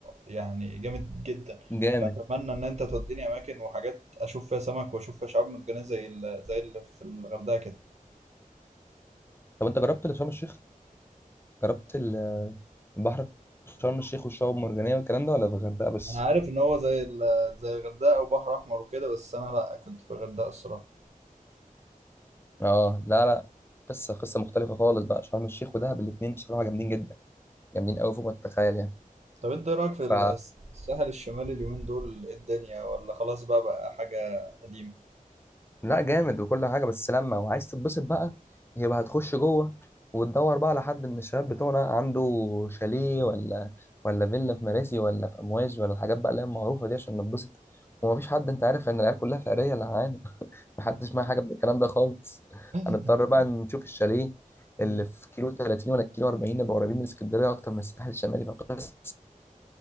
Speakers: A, on the right; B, on the left.
A: يعني جامد جدا
B: جامد
A: فأتمنى إن أنت توديني أماكن وحاجات أشوف فيها سمك وأشوف فيها شعاب مرجانية زي ال... زي اللي في الغردقة كده
B: طب انت جربت اللي في شرم الشيخ جربت ال- البحر في شرم الشيخ والشعاب المرجانيه والكلام ده ولا في الغردقه بس
A: أنا عارف إن هو زي ال... زي الغردقة وبحر أحمر وكده بس أنا لأ كنت في الغردقة الصراحة
B: اه لا لا قصه قصه مختلفه خالص بقى شرم الشيخ ودهب الاثنين بصراحه جامدين جدا جامدين قوي فوق ما تتخيل يعني
A: طب أنت إيه رأيك في الس-
B: ف
A: الساحل الشمالي اليومين دول إيه الدنيا ولا خلاص بقى بقى حاجة قديمة
B: لا جامد وكل حاجه بس لما وعايز تتبسط بقى يبقى هتخش جوه وتدور بقى على حد من الشباب بتوعنا عنده شاليه ولا ولا فيلا في مراسي ولا في امواج ولا الحاجات بقى اللي هي المعروفه دي عشان نتبسط ومفيش حد انت عارف ان العيال كلها فقريه اللي معانا <laughs> محدش معاه حاجه من الكلام ده خالص
A: <laughs>
B: هنضطر بقى نشوف الشاليه اللي
A: مم.
B: في كيلو 30 ولا كيلو 40 نبقى قريبين من اسكندريه اكتر من الساحل الشمالي فقصه